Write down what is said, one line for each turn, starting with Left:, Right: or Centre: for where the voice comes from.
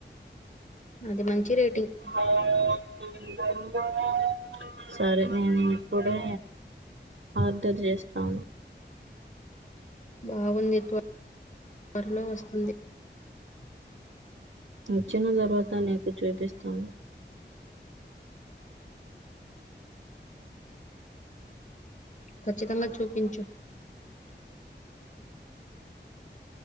Left: అది మంచి రేటింగ్.
Right: అల్లాకు అక్బర్ సరే నేను ఇప్పుడే ఆర్దర్ చేస్తాను
Left: బాగుంది త్వరలో వస్తుంది
Right: వచ్చిన తర్వాత నీకు చూపిస్తాను
Left: ఖచ్చితంగా చూపించు